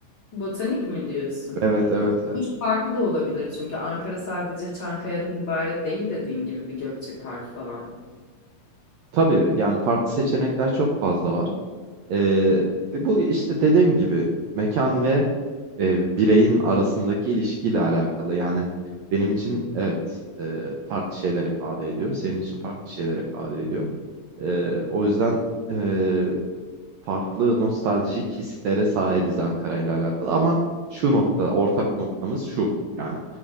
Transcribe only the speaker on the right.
Evet, evet.
E,
Tabii yani farklı seçenekler çok fazla var. Ee, bu işte dediğim gibi mekan ve e, bireyin arasındaki ilişkiyle alakalı. Yani benim için evet e, farklı şeyler ifade ediyor. Senin için farklı şeyler ifade ediyor. E, o yüzden e, farklı nostaljik hislere sahibiz Ankara ile alakalı. Ama şu nokta, ortak noktamız şu. Yani